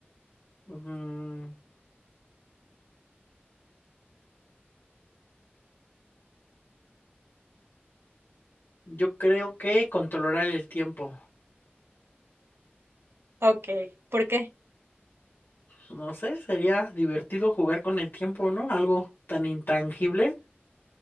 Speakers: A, on the left (about 60°); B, on the right (about 70°).
A: Ujú. Yo creo que controlar el tiempo.
B: Ok, ¿por qué?
A: No sé, sería divertido jugar con el tiempo, ¿no? Algo tan intangible